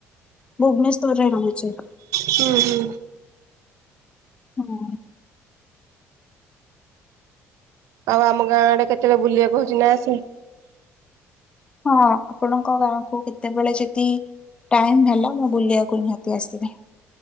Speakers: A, on the left; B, on the right.
A: ଭୁବନେଶ୍ଵର ରେ ରହୁଛି,
B: ହୁଁ ହୁଁ।
A: ହୁଁ।
B: ଆଉ ଆମ ଗାଁ ଆଡେ କେତେବେଳେ ବୁଲିବାକୁ ହଉଛି ନା ଆସେ।
A: ହଁ ଆପଣଙ୍କ ଗାଁକୁ କେତେବେଳେ ଯଦି ଟାଇମ ହେଲା ମୁଁ ବୁଲିବାକୁ ନିହାତି ଆସିବି।